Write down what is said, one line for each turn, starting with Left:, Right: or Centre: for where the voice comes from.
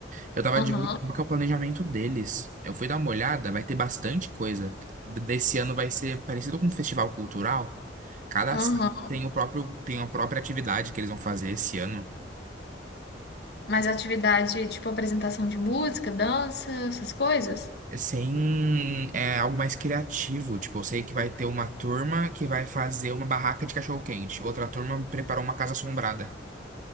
Right: Eu tava
Left: Aham,
Right: de olho qual que é o planejamento deles. Eu fui dar uma olhada, vai ter bastante coisa. Desse ano vai ser parecido com um festival cultural. Cada
Left: aham.
Right: sala tem o próprio, tem a própria atividade que eles vão fazer esse ano.
Left: Mas atividade tipo apresentação de música, dança, essas coisas?
Right: sem é, algo mais criativo. Tipo, eu sei que vai ter uma turma que vai fazer uma barraca de cachorro-quente, outra turma preparou uma casa assombrada.